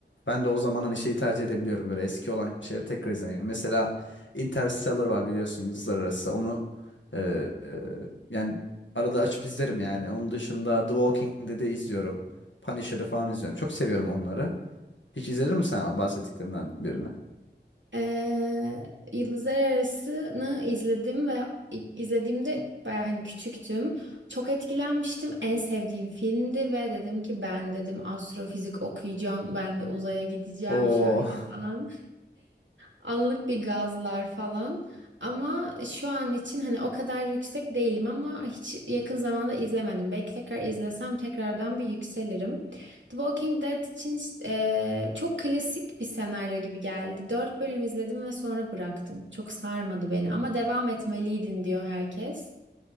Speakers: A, on the left; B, on the right.
A: Ben de o zaman hani şeyi tercih edebiliyorum böyle eski olan şeyleri tekrar izlemeyi. Mesela Interstellar var biliyorsun Yıldızlar Arası. Onu e, e, yani arada açıp izlerim yani. Onun dışında The Walking Dead'i izliyorum. Punisher'ı falan izliyorum. Çok seviyorum onları. Hiç izledin mi sen bahsettiklerinden birini?
B: Ee, Yıldızlar Arası'nı izledim ve izlediğimde baya hani küçüktüm. Çok etkilenmiştim. En sevdiğim filmdi ve dedim ki ben dedim astrofizik okuyacağım. Ben de uzaya gideceğim
A: Oo.
B: şöyle
A: <laughs>
B: falan. Anlık bir gazlar falan. Ama şu an için hani o kadar yüksek değilim ama hiç yakın zamanda izlemedim. Belki tekrar izlesem tekrardan bir yükselirim. The Walking Dead için e, çok klasik bir senaryo gibi geldi. Dört bölüm izledim ve sonra bıraktım. Çok sarmadı beni ama devam etmeliydin diyor herkes.